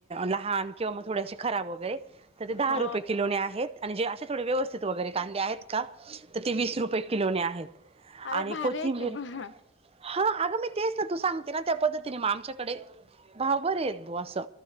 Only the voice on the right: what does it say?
लहान किंवा मग थोडेसे खराब वगैरे तरी दहा
रुपय किलो नी आहेत आणिे अे थोडे व्यस्थित वगैरे कांदे आहेत का तर ते वीस रुपये किलो नी आहेत
आणि
कोथिंबीर
हा अगं मी तेच ना तू सांगते ना त्या पद्धतीने मग आमच्याकडे भाव बरे आहेत हो असं